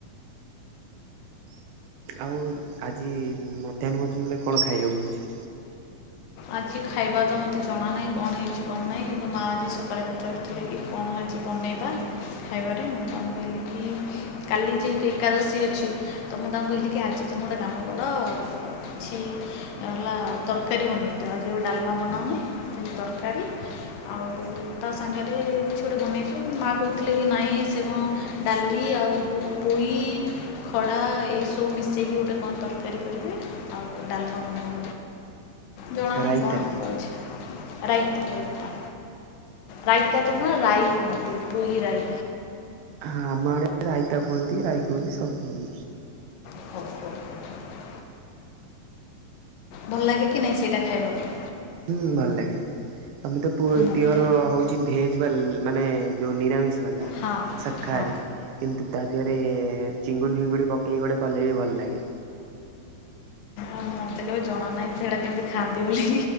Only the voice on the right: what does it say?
ଆଉ ଆଜି ଇ - ଇ ମଧ୍ୟାହ୍ନ ଭୋଜନରେ କଣ ଖାଇବାକୁ ହଉଛି?
ରାଇତା।
ହଁ ଆମ ଆଡେ ରାଇତା କୁହନ୍ତି ରାଇ କୁହନ୍ତି ସବୁ କୁହନ୍ତି।
ହୁଁ। ଭଲ ଲାଗେ <inaudible> ତମେ ତ ପୁ ର
ପିଓର ହଉଛି। ଭେଜ ବାଲ ମାନେ ଯୋଉ ନିରାମିଷ ବାଲା
<inaudible> ଶାକାହାରୀ।
କିନ୍ତୁ ତା ଦେହରେ ଚିଙ୍ଗୁଡ଼ି ଫିଙ୍ଗୁଡ଼ି ପକେଇକି ଗୋଟେ କଲେ ବି ଭଲ ଲାଗେ।